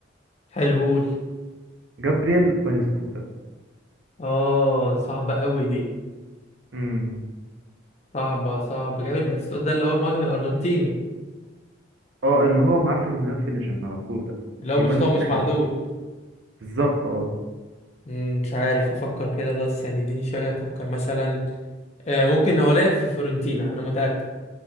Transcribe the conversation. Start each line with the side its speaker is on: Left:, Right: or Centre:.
Left: حلو قول
Right: جابرييل باتيستوتا
Left: اه صعبه قوي دي
Right: امم
Left: صعبه صعبه جامد باتيستوتا ده اللي هو المهاجم الارجنتيني
Right: اه اللي هو معاه فينومينال فينيشنج على طول ده
Left: اللي هو
Right: بيفنش
Left: بيشوط هو مش
Right: من اي
Left: معدول
Right: حته بالظبط اه
Left: مم، مش عارف افكر كده بس يعني اديني شويه افكر مثلا آه، ممكن هو لعب في فيورنتينا انا متاكد